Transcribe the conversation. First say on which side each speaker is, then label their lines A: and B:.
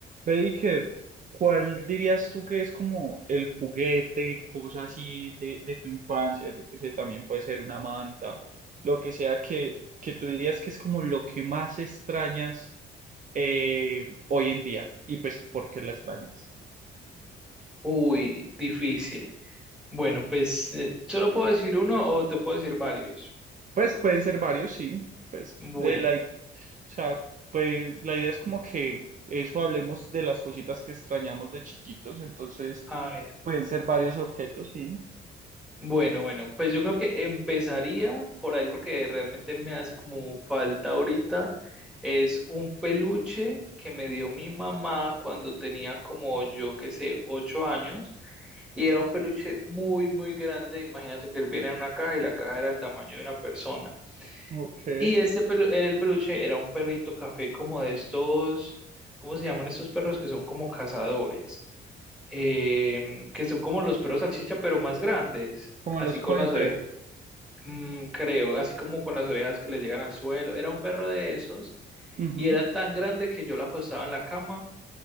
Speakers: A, on the right; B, in the centre.
A: Baker, ¿cuál dirías tú que es como el juguete, cosa así de, de tu infancia? Yo que sé, también puede ser una manta, lo que sea que, que tú dirías que es como lo que más extrañas eh, hoy en día. Y pues, ¿por qué la extrañas?
B: Uy, difícil. Bueno, pues eh, solo puedo decir uno o te puedo decir varios.
A: Pues pueden ser varios, sí. Pues,
B: Bueno,
A: de la, i- o sea, pues la idea es como que eso hablemos de las cositas que extrañamos de chiquitos. Entonces,
B: a ver.
A: pueden ser varios objetos, sí.
B: Bueno, bueno, pues yo creo que empezaría por algo que realmente me hace como falta ahorita. Es un peluche que me dio mi mamá cuando tenía como yo que sé, ocho años. Y era un peluche muy, muy grande. Imagínate que él viene en una caja y la caja era el tamaño de una persona.
A: Ok.
B: Y este pelu- el peluche era un perrito café como de estos, ¿cómo se llaman estos perros que son como cazadores? Em, que son como los perros salchicha, pero más grandes,
A: Como
B: así
A: los
B: con
A: pointer.
B: las orejas, mm, creo, así como con las orejas que le llegan al suelo. Era un perro de esos
A: Ujú.
B: y era tan grande que yo lo acostaba en la cama